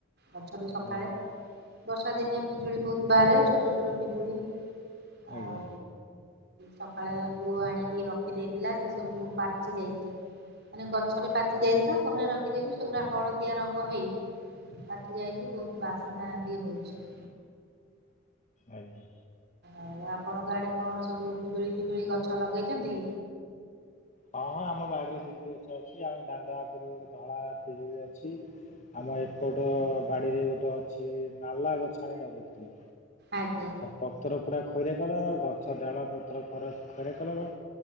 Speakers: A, on the right (about 55°); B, on the left (about 35°).
A: ଗଛରୁ ସକାଳେ
B: ଆଜ୍ଞା
A: ବର୍ଷା ଦିନେ ପିଜୁଳି ବହୁତ ବାହାରେ ଛୋଟ ଛୋଟ ପିଜୁଳି ଆଉ
B: ଆଜ୍ଞା
A: ସକାଳେ ପୁଅ ଆଣିକି ରଖିଦେଇଥିଲା ସେ ସବୁ ପାଚି ଯାଇଛି ମାନେ ଗଛଟରେ ପାଚି ଯାଇଥିଲା ଘରେ ରଖିଦେଇଛୁ ସେଗୁଡା ହଳଦିଆ ରଙ୍ଗ ହେଇ ପାଚି ଯାଇଛି ବହୁତ ବାସ୍ନା ବି ହଉଛି
B: ଆଜ୍ଞା
A: ଆଉ ଆପଣଙ୍କ ଆଡେ କଣ ସବୁ ପିଜୁଳି ଫିଜୁଳି ଗଛ ଲଗେଇଛନ୍ତି
B: ହଁ ହଁ ଆମ ବାଡିରେ ପିଜୁଳି ଗଛ ଅଛି ଆମ ଦାଣ୍ଡ ଆଗରୁ ଗୋଟେ ଧଳା ପିଜୁଳି ଅଛି। ଆମ ଏପଟ ବାଡ଼ିରେ ଗୋଟେ ଅଛି ନାଲା ଗଛ ଆଣି ନଗାଇଥିଲୁ
A: ଆଜ୍ଞା
B: ପତ୍ର ପୁରା ଖଇରା କଲର ଗଛ ଡାଳ ପତ୍ର ଖରା ଖଇରା କଲର